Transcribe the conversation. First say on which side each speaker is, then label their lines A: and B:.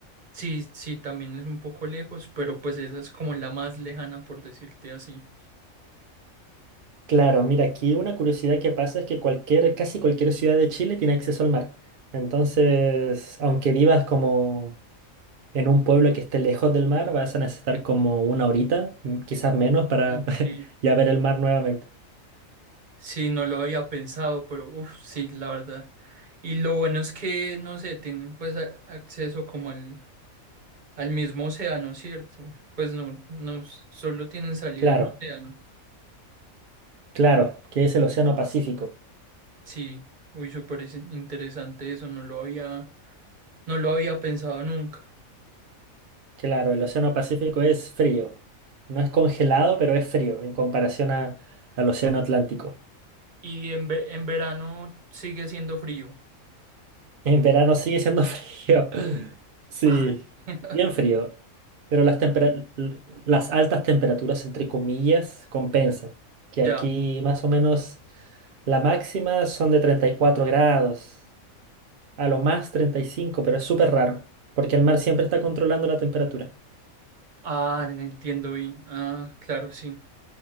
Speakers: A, on the right (about 40°); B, on the right (about 65°).
A: sí, sí, también es un poco lejos, pero pues esa es como la más lejana, por decirte así.
B: Claro, mira, aquí una curiosidad que pasa es que cualquier, casi cualquier ciudad de Chile tiene acceso al mar. Entonces, aunque vivas como en un pueblo que esté lejos del mar, vas a necesitar como una horita, mm, quizás menos, para
A: Sí.
B: <laughs> ya ver el mar nuevamente.
A: Sí, no lo había pensado, pero uff, sí, la verdad. Y lo bueno es que, no sé, tienen pues a- acceso como al, al mismo océano, ¿cierto? Pues no, no, s- solo tienen salida
B: Claro,
A: a un océano.
B: claro, que es el Océano Pacífico.
A: Sí, uy, súper es- interesante eso, no lo había, no lo había pensado nunca.
B: Claro, el Océano Pacífico es frío. No es congelado, pero es frío en comparación a- al Océano Atlántico.
A: Y en, ve- en verano sigue siendo frío.
B: En verano sigue siendo <laughs> frío. Sí,
A: Ah, <laughs>
B: bien frío. Pero las, tempera- l- las altas temperaturas, entre comillas, compensan. Que
A: ya.
B: aquí más o menos la máxima son de 34 grados, a lo más 35, pero es súper raro, porque el mar siempre está controlando la temperatura.
A: Ah, entiendo bien. Ah, claro, sí.